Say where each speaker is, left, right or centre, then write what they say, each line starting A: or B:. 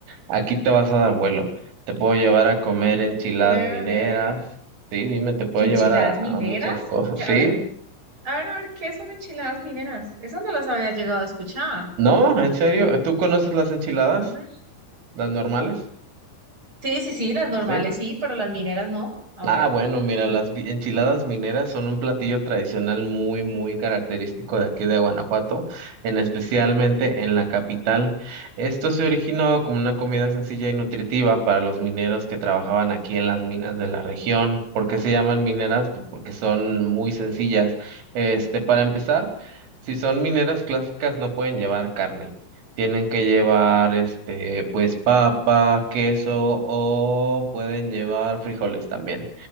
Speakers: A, on the right; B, on the right.
A: aquí te vas a dar vuelo. Te puedo llevar a comer
B: Ah,
A: enchiladas
B: chévere.
A: mineras. Sí, dime, te puedo
B: ¿Qué enchiladas
A: llevar a,
B: mineras?
A: a muchas cosas.
B: Que,
A: ¿Sí?
B: a ver, a ver, a ver, ¿qué son enchiladas mineras? Esas no las había llegado a escuchar.
A: ¿No? ¿En serio? ¿Tú conoces las enchiladas?
B: A ver.
A: Las normales,
B: Sí, sí, sí, las normales
A: ¿sí?
B: sí, pero las mineras no. A
A: Ah,
B: ver.
A: bueno, mira, las vi- enchiladas mineras son un platillo tradicional muy, muy característico de aquí de Guanajuato, en especialmente en la capital. Esto se originó como una comida sencilla y nutritiva para los mineros que trabajaban aquí en las minas de la región. ¿Por qué se llaman mineras? Pues porque son muy sencillas. Este, para empezar, si son mineras clásicas, no pueden llevar carne. Tienen que llevar, este, pues papa, queso o pueden llevar frijoles también.